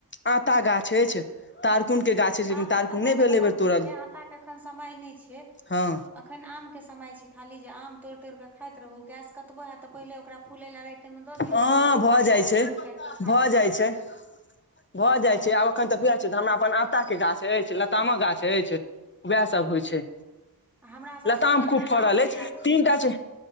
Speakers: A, on the left; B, in the centre.
A: आँता गाछ अइछ, तारकुन के गाछ अछि लेकिन
B: आँता
A: तारकुन
B: तऽ
A: नहि
B: बड्ड
A: भेल
B: गरम
A: एहि बेर तोड़ल
B: होइ छै, आँता के एखन समय नै छै अ।
A: हँ
B: खैन आम के समय छै खाली, जे आम तोइड़-तोइड़ कऽ खाइत रहू गैस कतबो हैत तऽ पहिले ओकरा फूलै लै राइते में दऽ दियौ
A: हँ
B: ओ लोड डोल
A: भऽ जाइ
B: में, आ
A: छै
B: भोरे काइट कऽ खा
A: भऽ
B: लिअ।
A: जाइ छै भऽ
B: हँ
A: जाइ छै आब एखन तक उएह छै तऽ हमरा अपन आँता के गाछ अइछ, लतामक गाछ अइछ, उएहसभ होइ छै।
B: हमरा सासुर
A: लताम
B: मे
A: खूब
B: अनानास
A: फड़ल अइछ
B: के गाछ
A: तीनटा छै।